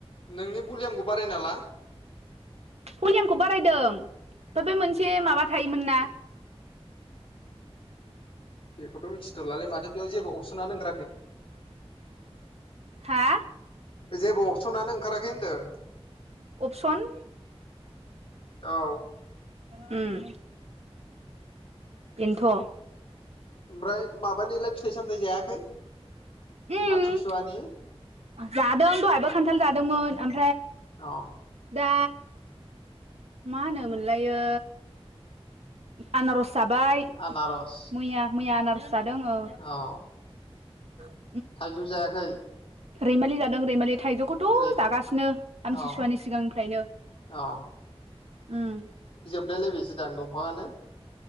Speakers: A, on the left; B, on the right.
A: नोंनि भलियामखौ बाराय ना ला
B: भलियामखौ बारायदों ओमफ्राय बे मोनसे माबा थायोमोन ना
A: बेखौथ मिथिथलालै माथो बेयाव जेबो अपसनानो ओंखाराखै
B: हा?
A: जेबो अपसनानो ओंखाराखै होन्दों?
B: अपसन?
A: औ।
B: उम बेन्थ'
A: ओमफ्राय माबानिलाय फिथाइ सामथायाइ जायाखै
B: उम
A: आमथिसुवानि?
B: जादों दहायबो खान्थाल जादोंमोन। आम
A: अ।
B: दा मा होनो मोनलायो आनारस जाबाय
A: आनारस
B: मैया मैया आनार जादों ओ।
A: औ
B: <inaudible>
A: थाइजौ जायाखै?
B: रैमालि जादों रैमालि। थाइजौखौथ'
A: ओरै
B: जागासिनो आमथसिसुवानि
A: औ
B: सिगांनिफ्रायनो
A: औ
B: ओम।
A: लाय लायबायसो दां दंफाङानो?